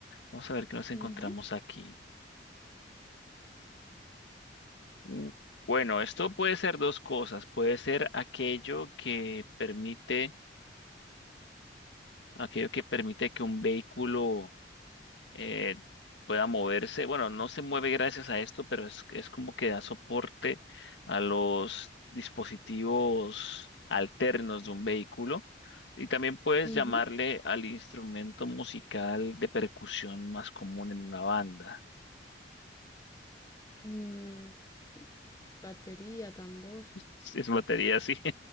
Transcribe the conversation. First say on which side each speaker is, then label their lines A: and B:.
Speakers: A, on the left (about 80°); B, on the left (about 20°).
A: Vamos a ver qué nos encontramos
B: Ujú,
A: aquí. U- Bueno, esto puede ser dos cosas. Puede ser aquello que permite, aquello que permite que un vehículo eh, pueda moverse. Bueno, no se mueve gracias a esto, pero es, es como que da soporte a los dispositivos alternos de un vehículo. Y también puedes
B: ujú.
A: llamarle al instrumento musical de percusión más común en una banda. <laughs>
B: Mm, batería, tambor.
A: Sí, Es batería, así